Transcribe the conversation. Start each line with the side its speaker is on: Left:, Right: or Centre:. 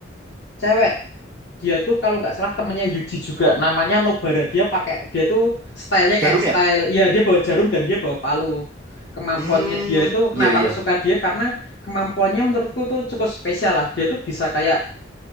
Left: cewek. Dia tuh kalau nggak salah temennya Yuji juga namanya Nobara. Dia pakai dia tuh stylenya
Right: jarum
Left: kayak style
Right: ya
Left: ya dia bawa jarum dan dia bawa palu. Kemampuannya
Right: hmm
Left: dia itu kenapa
Right: iya iya
Left: aku suka dia karena kemampuannya menurutku tuh cukup spesial lah. Dia tuh bisa kayak